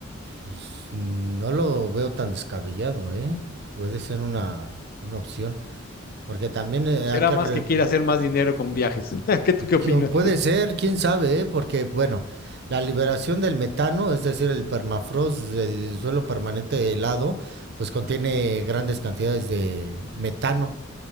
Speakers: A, on the right (about 55°); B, on the left (about 45°).
A: Pues no lo veo tan descabellado, ¿eh? Puede ser una, una opción. Porque también eh,
B: ¿O
A: hay
B: será
A: que... re-
B: más que quiere hacer más dinero con viajes? <laughs> ¿Qué tú qué opinas?
A: yo- Puede ser, quién sabe, ¿eh? Porque, bueno, la liberación del metano, es decir, el permafrost, el suelo permanente helado, pues contiene grandes cantidades de metano,